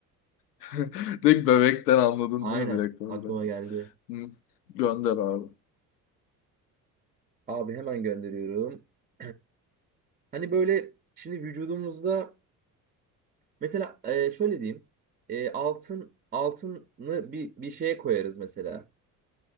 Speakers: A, on the left (about 75°); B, on the right (about 20°).
A: <laughs> Direkt bebekten anladın
B: <laughs> Aynen.
A: değil mi direkt orada?
B: Aklıma geldi.
A: Hı. Gönder abi.
B: Abi hemen gönderiyorum. <clears throat> Hani böyle şimdi vücudumuzda mesela e, şöyle diyeyim. E, altın altını bir bir şeye koyarız mesela.